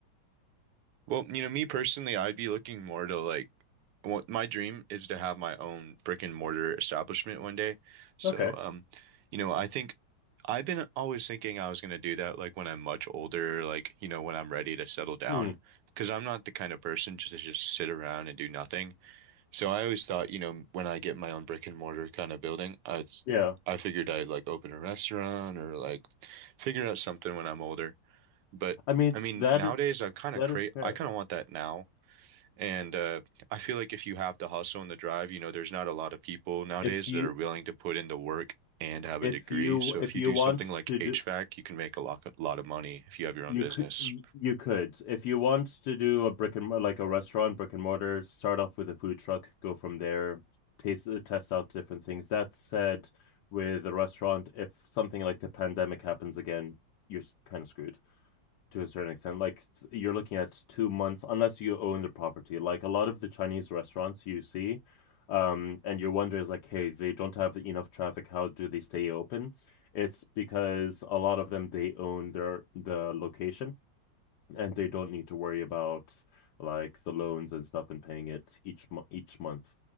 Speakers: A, on the right; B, on the left.
A: Well, you know, me personally, I'd be looking more to like what my dream is to have my own brick and mortar establishment one day. So,
B: Okay.
A: um, you know, I think I've been always thinking I was going to do that like when I'm much older, like, you know, when I'm ready to settle down,
B: Hmm.
A: because I'm not the kind of person just to just sit around and do nothing. So I always thought, you know, when I get my own brick and mortar kind of building, I
B: Yeah.
A: I figured I'd like open a restaurant or like figure out something when I'm older. But
B: I mean,
A: I mean,
B: that
A: nowadays
B: is
A: I've kind
B: that
A: of crave
B: is fair.
A: I kind of want that now. And uh, I feel like if you have the hustle and the drive, you know, there's not a lot of people nowadays
B: If you
A: that are willing to put in the work and have
B: if
A: a degree.
B: you
A: So
B: if
A: if you
B: you
A: do
B: want
A: something like
B: to do
A: HVAC, you can make a lot, a lot of money if you have your own
B: You
A: business.
B: could you could if you want to do a brick and like a restaurant brick and mortar start off with a food truck go from there taste test out different things that said with a restaurant if something like the pandemic happens again you're kind of screwed to a certain extent like you're looking at two months unless you own the property like a lot of the Chinese restaurants you see um and your wonder is like hey they don't have enough traffic how do they stay open it's because a lot of them they own their the location and they don't need to worry about like the loans and stuff and paying it each mo each month.